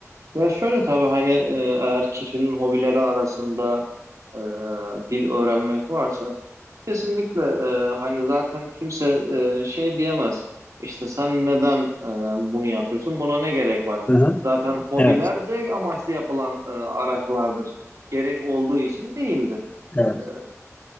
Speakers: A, on the right (about 75°); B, on the left (about 25°).
A: Ya şöyle tabii hani e, eğer kişinin hobileri arasında e, dil öğrenmek varsa Kesinlikle e, hani zaten kimse e, şey diyemez. İşte sen neden e, bunu yapıyorsun? Buna ne gerek var?
B: Hı hı.
A: Zaten hobiler
B: Evet,
A: zevk amaçlı yapılan e, araçlardır. Gerek olduğu için değildir.
B: evet.
A: E,